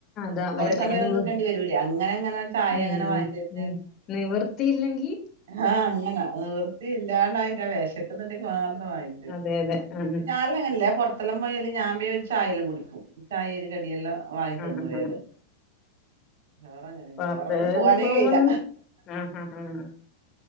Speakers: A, on the left; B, on the right.
A: അതാ
B: കൊറെേ
A: വേറെ
B: സമയല്ലാം
A: നിവ
B: നിക്കണ്ടി വരൂലേ അങ്ങനെ അങ്ങനെ ചായെങ്ങനെ
A: ഉം
B: വാങ്ങിതെരും.
A: ഉം നിവർത്തിയില്ലെങ്കി-
B: ആഹ് അങ്ങനാ നിവൃത്തി ഇല്ലാണ്ടായിട്ട്ആ വെശക്ക്‌ന്ന്ണ്ടെങ്കി മാത്രം വാങ്ങിതരും.
A: അതെ അതെ ആഹ്
B: ഞാൽലങ്ങനല്ലെ പൊറത്തെല്ലാം പോയാല് ഞാൻ ബേം ചായെല്ലാം കുടിക്കും. ചായേം ഒര് കടിയെല്ലാം. വാങ്ങി ത്‌ന്നു
A: ആഹ്
B: വേഗം.
A: ആഹ്
B: ഓറങ്ങനെല്ല,
A: പുറത്ത്
B: ഓരെ കൂടെ പോവാനേ
A: പോകുമ്പോളും
B: കഴിയില.
A: ആഹ് ആഹ് ആഹ്